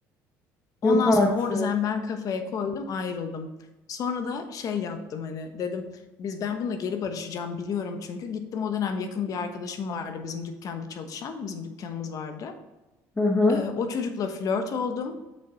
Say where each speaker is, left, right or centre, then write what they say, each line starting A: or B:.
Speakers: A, on the left; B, on the left.
A: Yok
B: Ondan
A: artık.
B: sonra orada zaten ben kafaya koydum ayrıldım. Sonra da şey yaptım hani dedim biz ben bununla geri barışacağım biliyorum çünkü. Gittim o dönem yakın bir arkadaşım vardı bizim dükkanda çalışan bizim dükkanımız vardı.
A: Hı hı.
B: Ee, o çocukla flört oldum